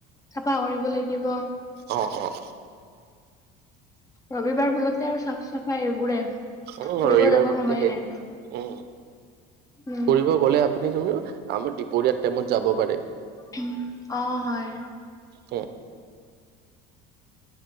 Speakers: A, on the left; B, on the right.
A: চাফা কৰিব লাগিব।
B: অঁ অঁ।
A: ৰবিবাৰ বোলোতে আৰু চাফ চাফাই এইবোৰে।
B: অ ৰবিবাৰ
A: ফুৰিব যাব
B: বোলোতে
A: সময়ে
B: সেই।
A: নাই
B: উম
A: উম
B: ফুৰিব গলে আপুনি <unintelligible> আমি দুপৰীয়াৰ টাইমত যাব পাৰে।
A: উম অঁ হয়।
B: উম